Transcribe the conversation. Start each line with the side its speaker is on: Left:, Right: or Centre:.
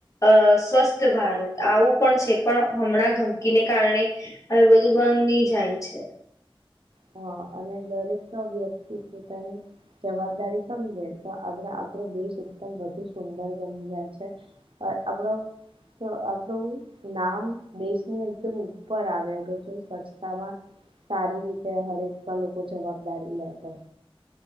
Left: અ સ્વસ્થ ભારત, આવું પણ છે. પણ હમણાં ગંદકીને કારણે હવે બધું બંધની જાય છે.
Right: હા અને દરેક વ્યક્તિ પોતાની જવાબદારી સમજે, તો આગળા આપણો દેશ એકદમ વધુ સુંદર બની જાય છે. અ આપણો, તો આપડું નામ દેશનું એકદમ ઉપર આવે, અગર જો સ્વચ્છતામાં સારી રીત તે હરેક પલ લોકો જવાબદારી લેતો.